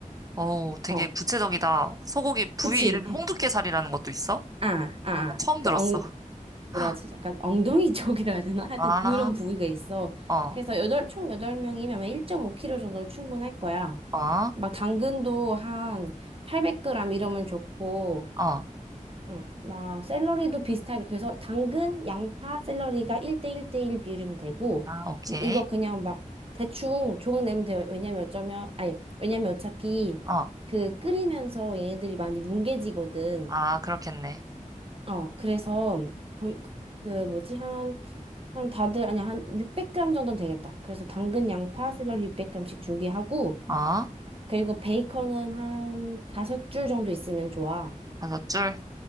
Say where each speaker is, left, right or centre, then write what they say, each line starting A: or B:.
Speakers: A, on the right; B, on the right.
A: 오, 되게
B: 어,
A: 구체적이다. 소고기 부위
B: 그치?
A: 이름이
B: <laughs>
A: 홍두깨살이라는 것도 있어?
B: 아, 아, 아.
A: 나 처음
B: 그
A: 들었어.
B: 엉, 뭐라지?
A: <gasps>
B: 약간 엉덩이 <laughs> 쪽이라 해야 되나? 하여튼
A: 아,
B: 그런 부위가 있어.
A: 어,
B: 그래서 여덟, 총 8명이면 1.5kg 정도는 충분할 거야.
A: 어, 어,
B: 막 당근도 한 800g 이러면 좋고,
A: 아,
B: 어, 막 샐러리도 비슷하게 그래서 당근, 양파, 샐러리가 1대 1대 1 비율이면 되고
A: 오케이.
B: 뭐 이거 그냥 막 대충 조각 내면 돼요. 왜냐면 어쩌면 아니 왜냐면 어차피
A: 어,
B: 그 끓이면서 얘네들이 많이 뭉개지거든.
A: 아, 그렇겠네.
B: 어, 그래서 그, 그 뭐지 한 한 다들 아니 한 600g 정도면 되겠다. 그래서 당근, 양파, 샐러리 600g씩 준비하고
A: 어,
B: 그리고 베이컨은 한 다섯 줄 정도 있으면 좋아.
A: 다섯 줄.